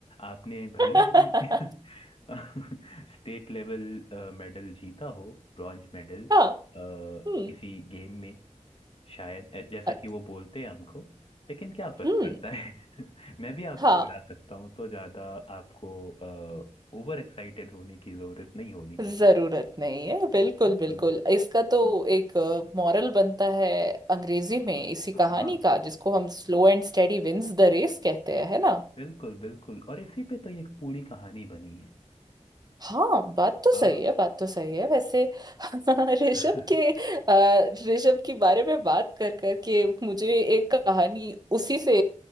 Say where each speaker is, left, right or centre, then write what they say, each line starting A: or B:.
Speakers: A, on the left (about 45°); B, on the right (about 30°).
A: आपने भले
B: <laughs>
A: ही <laughs> स्टेट लेवल मेडल जीता हो ब्रॉन्ज मेडल
B: हाँ
A: किसी
B: हम्म
A: गेम में शायद ऐ- जैसा
B: अत-
A: कि वो बोलते हैं हमको लेकिन क्या फर्क
B: हम्म
A: पड़ता है <laughs> मैं भी आपको
B: हाँ
A: हरा सकता हूँ तो ज्यादा आपको ओवर एक्साइटेड होने की जरूरत नहीं होनी चाहिए
B: जरूरत नहीं है बिल्कुल
A: बिल्कुल
B: बिल्कुल इसका तो एक मॉरल बनता है अंग्रेजी में इसी कहानी
A: हाँ
B: का जिसको हम slow and steady wins the race कहते हैं है ना
A: बिल्कुल बिल्कुल और इसी पे तो ये एक पूरी कहानी बनी है
B: हाँ बात तो
A: हाँ
B: सही है बात तो सही है वैसे <laughs> ऋषभ
A: <laughs>
B: के अ, ऋषभ के बारे में बात कर कर के मुझे एक कहानी उसी से